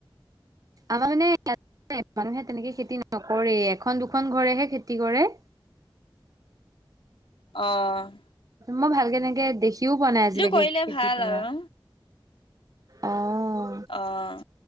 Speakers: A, on the right; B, on the left.
A: আমাৰ মানে ই মানুহে তেনেকে খেতি নকৰে। এখন - দুখন ঘৰেহে খেতি কৰে।
B: অঁ।
A: মই ভালকে এনেকে দেখিও পোৱা নাই আজিলৈকে
B: কৰিলে
A: খেতি
B: ভাল
A: কৰা।
B: আৰু
A: অঁ।
B: অঁ।